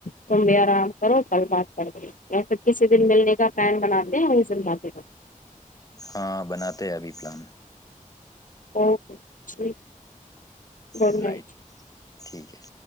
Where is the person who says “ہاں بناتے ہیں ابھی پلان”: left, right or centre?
Left